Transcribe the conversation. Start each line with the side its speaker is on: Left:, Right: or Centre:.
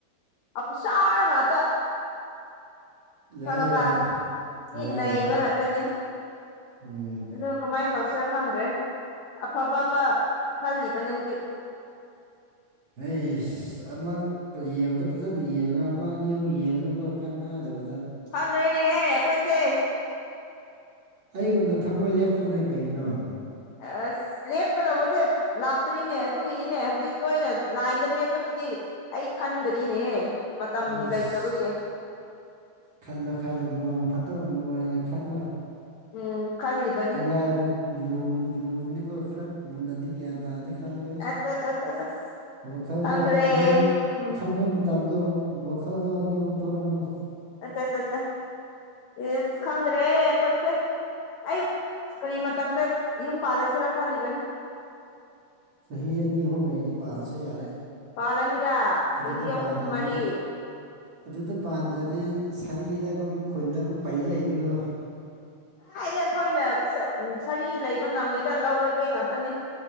Left: ꯑ ꯆꯥꯔ ꯉꯇ
Right: ꯌꯥꯏ
Left: ꯈꯪꯉꯄ
Right: ꯌꯥꯏ
Left: ꯃꯤ
Right: ꯌꯥꯏ
Left: ꯅꯩꯕ
Right: ꯌꯥꯏ
Left: ꯉꯥꯛꯇꯅꯦ
Right: ꯎꯝ
Left: ꯑꯗꯨ ꯀꯃꯥꯏꯅ ꯇꯧꯁꯤꯔꯥ ꯈꯪꯗ꯭ꯔꯦ ꯑꯐꯕ ꯑꯃ ꯈꯜꯂꯤꯕꯅꯦ ꯍꯧꯖꯤꯛ
Right: ꯑꯩ ꯑꯃꯛ ꯌꯦꯡꯕꯗ ꯐꯖꯅ ꯌꯦꯡꯉꯒ ꯑꯃ ꯑꯅꯤ ꯑꯍꯨꯝ ꯌꯦꯡꯉꯅꯨꯒ ꯈꯥꯏ ꯅꯥꯗꯕꯗ
Left: ꯍ ꯔꯣꯏꯅꯦꯍꯦ ꯀꯣꯏꯁꯦ
Right: ꯑꯩꯒꯨꯝꯅ ꯊꯃꯣꯏ ꯂꯦꯞꯄꯨꯅꯦ ꯀꯩꯅꯣ
Left: ꯑꯁ ꯂꯦꯞꯀꯗꯧꯕꯁꯦ ꯂꯥꯛꯇ꯭ꯔꯤꯅꯦ ꯑꯗꯨꯒꯤꯅꯤꯅꯦ ꯍꯧꯖꯤꯛꯀꯤ ꯑꯣꯏꯅ ꯂꯥꯏꯟꯗ ꯂꯦꯞꯄꯗꯨꯗꯤ ꯑꯩ ꯈꯟꯗꯔꯤꯅꯦ ꯃꯇꯝ
Right: ꯑꯁ
Left: ꯂꯩꯇꯕꯒꯤ
Right: ꯈꯜꯂꯣ ꯈꯜꯂꯣ ꯅꯅꯨꯡꯉꯡꯝ ꯐꯠꯇꯣ ꯅꯨꯡꯉꯥꯏꯅ ꯈꯜꯂꯣ
Left: ꯎꯝ ꯈꯜꯂꯤꯕꯅꯤ
Right: ꯑꯂꯥꯏꯕ ꯂꯨꯕꯅꯤꯒ ꯈꯔ ꯃꯨꯟꯅꯗꯤ ꯒ꯭ꯌꯥꯟ ꯇꯥꯅꯤ ꯈ ꯈꯜꯂꯣꯏ
Left: ꯑꯁ ꯑꯁ ꯑꯁ ꯑꯁ ꯑꯁ
Right: ꯋꯥꯈꯜꯗꯣ
Left: ꯈꯪꯗ꯭ꯔꯦ
Right: ꯑꯅꯤꯨꯛ
Left: ꯎꯝ
Right: ꯈꯟꯕ ꯃꯇꯝꯗꯣ ꯋꯥꯈꯜꯗꯣ ꯑꯅꯤ ꯑꯍꯨꯝ ꯊꯣꯛꯣꯔꯛꯀꯅꯨ
Left: ꯑꯆꯥ ꯑꯆꯥꯆꯥ ꯏꯁ ꯈꯗ꯭ꯔꯦꯣꯏꯁꯦ ꯑꯩ ꯀꯔꯤ ꯃꯇꯝꯗ ꯌꯨꯝ ꯄꯥꯜꯂꯁꯤꯔꯥ ꯈꯜꯂꯤꯕꯅꯦ
Right: ꯆꯍꯤ ꯑꯅꯤ ꯑꯍꯨꯝ ꯂꯩꯗꯤ ꯄꯥꯁꯨ ꯌꯥꯔꯦ
Left: ꯄꯥꯜꯂꯅꯤꯗ
Right: ꯑꯗꯨꯗ
Left: ꯆꯍꯤ
Right: ꯄꯥꯟꯗ꯭ꯔꯗꯤ
Left: ꯑꯍꯨꯝ ꯃꯔꯤ
Right: ꯑꯗꯨꯗ ꯄꯥꯟꯗ꯭ꯔꯗꯤ ꯁꯥꯔꯤꯗ ꯑꯗꯨꯝ ꯈꯨꯟꯗ ꯑꯃꯨꯛ ꯄꯩ ꯂꯩꯅꯤꯀꯣ
Left: ꯍꯥꯏꯗꯤ ꯑꯩꯈꯣꯏꯅ ꯁꯔꯤ ꯂꯩꯕ ꯅꯪꯉꯣꯏꯗ ꯂꯧꯔꯒꯦ ꯉꯥꯛꯇꯅꯤ